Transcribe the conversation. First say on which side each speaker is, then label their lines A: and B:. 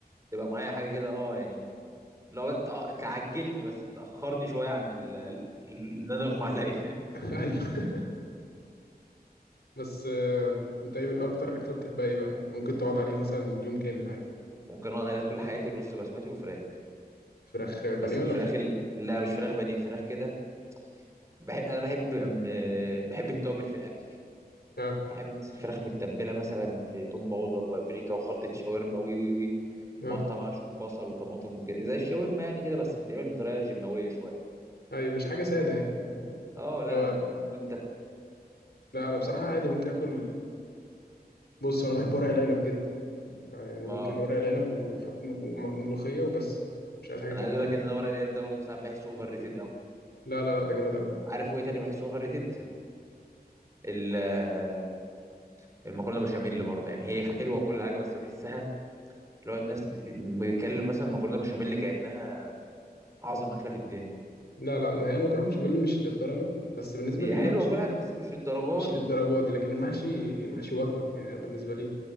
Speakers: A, on the right; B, on the left.
A: تبقى معايا حاجه كده اه يعني لو تع- تعجلني بس تاخرني شويه عن ال... ال- ان انا اغمى عليا <laughs>
B: <laughs> ايوه بس آه، انت ايه اكتر اكله بتحبها ايه بقى ممكن تقعد عليها مثلا يوم كامل عادي
A: ممكن اقعد عليها طول حياتي الرز بسمتي وفراخ
B: فراخ بانيه
A: بس
B: ولا
A: الفراخ
B: ف...
A: ال... لا مش فراخ بانيه فراخ كده بحب... انا بحب م... بحب التوابل في الاكل
B: اه
A: فاحب مثلا فراخ متبله مثلا في توم باودر وبابريكا وخلطه شاورما وي وي وي
B: اه
A: ومقطع معاها شويه بصل وطماطم وكده زي الشاورما يعني كده بس بتتعمل بطريقه جماويه شويه
B: ايوه مش حاجه ساده يعني
A: اه
B: اللي
A: لا
B: هو
A: لا وانت
B: لا انا بصراحه عادي ممكن اكل بص انا بحب ورق العنب جدا آه، يعني
A: ما
B: ممكن
A: آه.
B: ورق العنب وحط وم- وملوخيه وبس مش عايز حاجه
A: انا
B: تاني
A: عايز اقول لك ان انا ورق العنب ده برضه ساعات بحسه اوفر ريتد قوي
B: لا لا لا ده جامد قوي
A: عارف وايه تاني بحسه اوفر ريتد ال- آه، المكرونه بشاميل برضه يعني هي حلوه وكل حاجه بس بحسها لو الناس بت... بتتكلم مثلا مكرونه بشاميل كانها اعظم اكله في الدنيا
B: لا لا ما هي المكرونه بشاميل مش للدرجه بس بالنسبه
A: هي
B: للمحشي
A: حلوه كل حاجه بس مش الدرجه
B: مش
A: دي
B: للدرجه دي لكن المحشي المحشي وجبه يعني بالنسبه لي